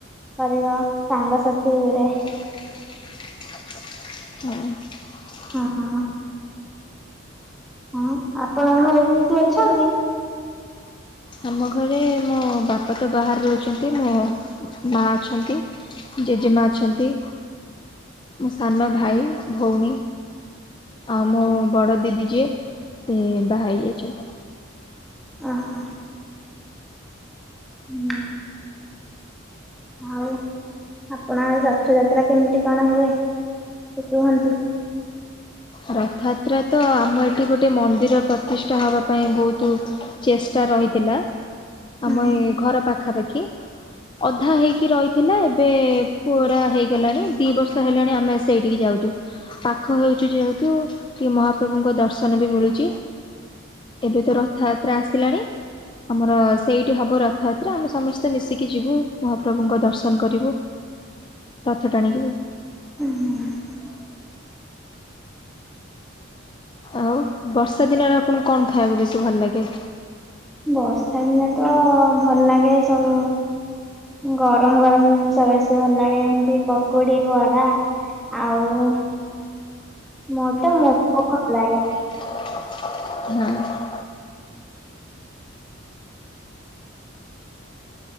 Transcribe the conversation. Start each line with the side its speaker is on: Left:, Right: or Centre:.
Centre: କରିବ ସାଙ୍ଗସାଥି ଗୁରେ।
Left: <inaudible> ହଉ।
Centre: ହଁ। ହଁ ଆପଣଙ୍କ ଘରେ କିଏ କିଏ ଅଛନ୍ତି?
Left: ଆମ ଘରେ ମୋ ବାପା ତ ବାହାରେ ରହୁଛନ୍ତି ମୋ ମା ଅଛନ୍ତି। ଜେଜେମା ଅଛନ୍ତି ମୋ ସାନ ଭାଇ ଭଉଣୀ ଆଉ ମୋ ବଡ଼ ଦିଦି ଯିଏ ସେ ବହାହେଇ ଜାଇ ଛନ୍ତି।
Centre: ଓହୋ‌। ହୁଁ। ଆଉ ଆପଣ ଆଡେ ରଥଯାତ୍ରା କେମିତି କଣ ହୁଏ ଟିକେ କୁହନ୍ତୁ?
Left: ରଥଯାତ୍ରା ତ ଆମ ଏଠି ଗୋଟେ ମନ୍ଦିର ପ୍ରତିଷ୍ଠା ହବା ପାଇଁ ବହୁତ ଚେଷ୍ଟା ଟା ରହିଥିଲା।
Centre: ହୁଁ
Left: ଆମ ଏ ଘର ପାଖାପାଖି ଅଧା ହେଇକି ରହିଥିଲା ଏବେ ପୁରା ହେଇଗଲାଣି ଦି ବର୍ଷ ହେଲାଣି ଆମେ ସେଇଠିକି ଯାଉଛୁ ପାଖ ହେଉଛି ଯେହେତୁ କି ମହାପ୍ରଭୁଙ୍କ ଦର୍ଶନ ବି ମିଳୁଛି ଏବେ ତ ରଥଯାତ୍ରା ଆସିଲାଣି ଆମର ସେଇଠି ହବ ରଥଯାତ୍ରା ଆମେ ସମସ୍ତେ ମିଶିକି ଯିବୁ ମହାପ୍ରଭୁଙ୍କ ଦର୍ଶନ କରିବୁ। ରଥ ଟାଣିକିବୁ।
Centre: ଉଁ- ହୁଁ।
Left: ଆଉ ବର୍ଷା ଦିନରେ, ଆପଣଙ୍କୁ କଣ ଖାଇବାକୁ ବେଶୀ ଭଲ ଲାଗେ?
Centre: ବର୍ଷା ଦିନେ ତ ଭଲ ଲାଗେ ସବୁ ଗରମ ଗରମ ଜିନିଷ ବେଶୀ ଭଲ ଲାଗେ। ଏମିତି ପକୁଡି, ବରା ଆଉ ମତେ ମୁଗ ଭଲ ଲାଗେ।
Left: <inaudible> ହଁ।